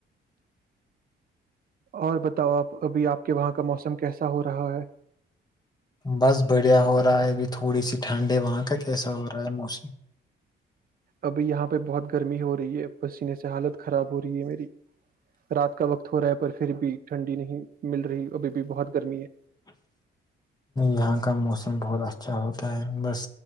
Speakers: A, on the right (about 45°); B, on the left (about 20°).
A: اور بتاؤ آپ ابھی آپ کے وہاں کا موسم کیسا ہو رہا ہے
B: بس بڑھیا ہو رہا ہے ابھی تھوڑی سی ٹھنڈ ہے وہاں کا کیسا ہو رہا ہے موسم
A: ابھی یہاں پہ بہت گرمی ہو رہی ہے پسینے سے حالت خراب ہو رہی ہے میری رات کا وقت ہو رہا ہے پر پھر بھی ٹھنڈی نہیں مل رہی ابھی بھی بہت گرمی ہے
B: یہاں کا موسم بہت اچھا ہوتا ہے بس